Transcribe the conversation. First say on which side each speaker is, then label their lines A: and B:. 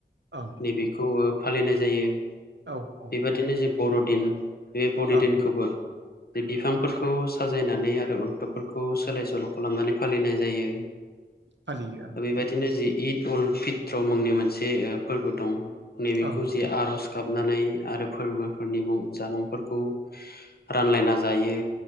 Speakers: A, on the right; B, on the left.
A: ओं
B: नैबेखौ फालिनाय जायो।
A: औ औ।
B: बेबादिनो जे बर'दिन बे बर'दिनखौबो
A: ओं
B: बिफांफोरखौ साजायनानै आरो अन्थबफोरखौ सोलाय सोल' खालामनानै फालिनाय जायो।
A: फालियो ओं
B: बेबायदिनो जि इद उल फित्र मुंनि मोनसे फोरबो दं। नैबेखौ
A: ओं
B: जे
A: ओं
B: आर'ज गाबनानै आरो फोरबोफोरनि मुं जामुंफोरखौ रानलायना जायो